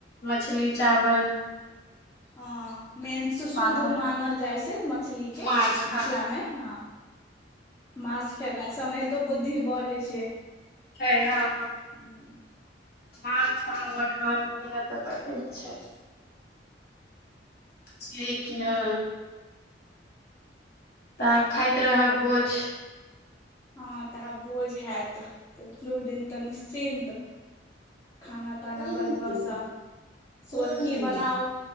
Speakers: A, on the left; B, on the left.
A: मछली चावल
B: ह मेन सुशुद्ध
A: पापड़
B: मानल जाई छै मछलीके
A: माछ हँ
B: मिथिलामे ह माछ खेललासँ ओनाहितो बुद्धि बढ़ होई छै
A: छै हँ
B: हँ
A: माछ पान मखान मिल त परतैय न छय ठीक य तऽ आब खाइत रह भोज।
B: ह तऽ आब भोज हयत दू दिन तऽ निश्चिन्त खाना
A: तीन
B: ताना बनबा
A: दिन
B: से
A: हूँ
B: कि बनाउ